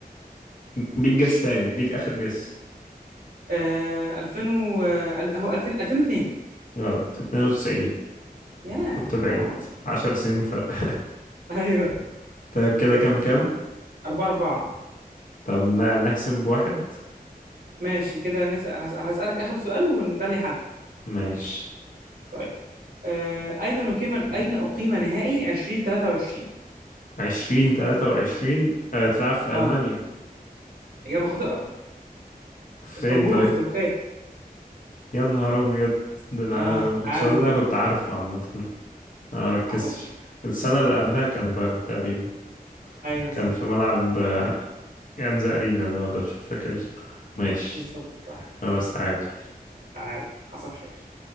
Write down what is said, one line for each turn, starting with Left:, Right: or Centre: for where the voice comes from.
Left: ليك
Right: ماشي
Left: جس تاني ليك آخر جس
Right: آه 2000 و... آه، هو 2000 2002
Left: غلط 92
Right: ياه
Left: كنت بعيد
Right: حرام
Left: 10 سنين فرق <laughs>
Right: <laughs> ايوه
Left: طيب كده كام كام
Right: 4 4
Left: طب ن- نحسب بواحد
Right: ماشي كده نسأل هس- هسألك آخر سؤال وده اللي يحدد
Left: ماشي
Right: طيب آه أين نقيم أين أقيم نهائي 2023
Left: عشرين تلاتة وعشرين آه، تلعب في
Right: اه
Left: ألمانيا
Right: إجابة خاطئة
Left: فين
Right: اسطنبول
Left: طيب
Right: في تركيا
Left: يا نهار أبيض ده أنا
Right: اه
Left: الماتشات
Right: تعادل
Left: ده
Right: كده
Left: كنت عارفه عامة أنا مركزتش
Right: حصل خير
Left: السنة اللي قبلها كان بايرن تقريبا
Right: ايوه بالظبط
Left: كان في ملعب آه، يانز أرينا ده ولا مش فاكر اسمه ماشي
Right: بالظبط صح
Left: خلاص تعادل
Right: تعادل حصل خير